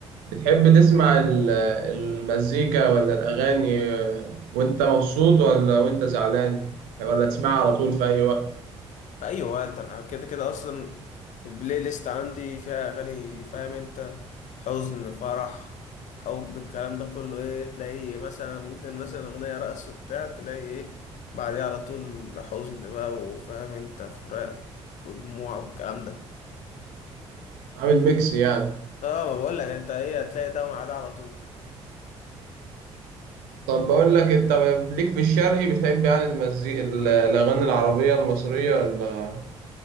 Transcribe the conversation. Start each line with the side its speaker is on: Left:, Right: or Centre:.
Right: بتحب تسمع ال- المزيكا ولا الأغاني وأنت مبسوط ولا وأنت زعلان ولا تسمعها على طول في أي وقت
Left: في اي وقت انا كده كده اصلا البلاي ليست عندي فيها اغاني فاهم انت حزن فرح حب الكلام ده كله ايه تلاقي مثلا ممكن مثلا اغنية رقص وبتاع تلاقي ايه بعديها على طول حزن بقى وفاهم انت فراق ودموع والكلام ده
Right: عامل ميكس يعني
Left: اه ما بقول لك انت ايه هتلاقي ده مع ده على طول
Right: طب بقول لك أنت ليك في الشرقي بتحب يعني المزيكا الأغاني العربية المصرية ولا